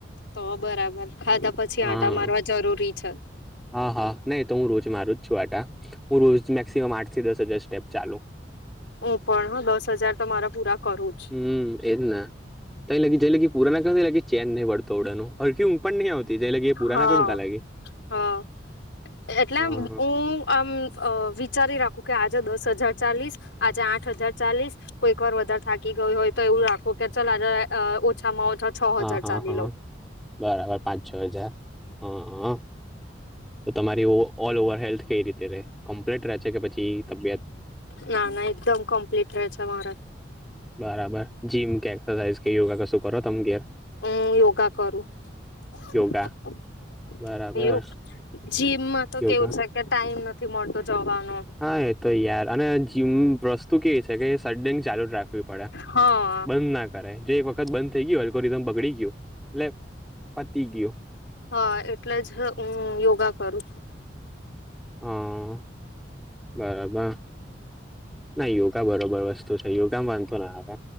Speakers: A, on the left; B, in the centre.
A: તો બરાબર. ખાધા પછી
B: હા
A: આંટા મારવા જરૂરી છે.
B: હા હા ના એતો હું રોજે મારું જ છું આટા. હું રોજ મેક્સિમમ આઠ થી દસ હજાર સ્ટેપ ચાલુ.
A: હું પણ હહ દસ હજાર તો મારા પૂરા કરું જ.
B: હમ એજ ને તઈ લીગી જે લગી પુરા ના કર એ લી ચેન નહીં પડતો ઓડા નું. હરખી ઊંઘ પણ નહી આવતી જે લગી પુરા
A: હા
B: ના કરું ને તા લગી.
A: હા એટલે
B: હા
A: હું આમ અ વિચારી રાખ ખું કે આજે દસ હજાર ચાલીસ, આજે આઠ હજાર ચાલીસ. કોઈક વાર વધારે થાકી ગઈ હોય તો એવું રાખું કે ચલ આજે અ ઓછામાં ઓછા છ
B: હા
A: હજાર
B: હા
A: ચાલી
B: હા
A: લઉં
B: બરાબર પાંચ છ હજાર હહ હહ તો તમારી ઓલ ઓવર હેલ્થ કઈ રીતે રે કમ્પ્લીટ રહે છે કે પછી તબિયત
A: ના ના એકદમ કમ્પ્લીટ રે છે મારે.
B: બરાબર. જીમ કે એક્સરસાઇઝ કે યોગા કશું કરો તમે ઘેર?
A: હું યોગા કરું. <unintelligible>
B: યોગા બરાબર
A: જીમમાં તો
B: યોગા
A: કેવું છે કે ટાઈમ નથી મળતો જવાનો.
B: હા એ તો યાર અને જીમ વસ્તુ કેવી છે કે એ સડન ચાલુ જ રાખ ખવી પડે.
A: હા
B: બંધ ના કરે જે એક વખત બંધ થઈ ગયો એલગોરીધમ બગડી ગયો એટલે પતી ગયો.
A: હહ એટલે જ હું યોગા કરું છું.
B: હહ બરાબર. ના યોગા બરોબર વસ્તુ છે. યોગામાં વાંધો ના આવે.